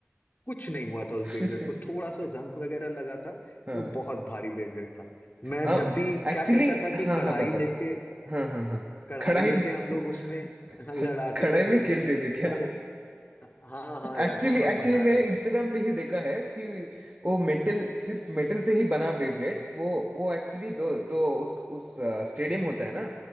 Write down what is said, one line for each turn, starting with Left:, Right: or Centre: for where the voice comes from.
Left: कुछ नहीं हुआ था उस
Right: <laughs>
Left: बेबलेट को थोड़ा सा जंग वगैरह लगा था
Right: हाँ
Left: वो बहुत भारी बेबलेट था मैं
Right: हाँ
Left: जब भी
Right: एक्चुअली
Left: क्या करता था कि
Right: हाँ
Left: कढ़ाई
Right: हाँ बताओ
Left: लेके
Right: हाँ हाँ हाँ
Left: कढ़ाई
Right: कढ़ाई
Left: लेके
Right: में
Left: हम लोग उसमें <laughs>
Right: <laughs>
Left: लड़ाते
Right: कढ़ाई
Left: थे बेबलेट
Right: में खेलते थे क्या
Left: तो हाँ हाँ यार
Right: एक्चुअली
Left: बहुत
Right: एक्चुअली
Left: मजा
Right: मैंने
Left: आता था
Right: इंस्टाग्राम पे ही देखा है कि वो मेटल सिर्फ मेटल से ही बना बेब्लेड वो वो एक्चुअली दो दो उस उस स्टेडियम होता है ना